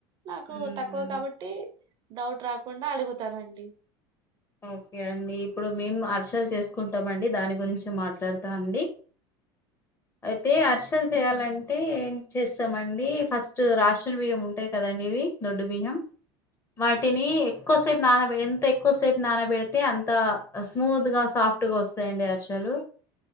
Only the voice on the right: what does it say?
నాకు
తక్కువ కాబట్టి డౌట్ రాకుండా అడుగుతానండి
ఓకే అండి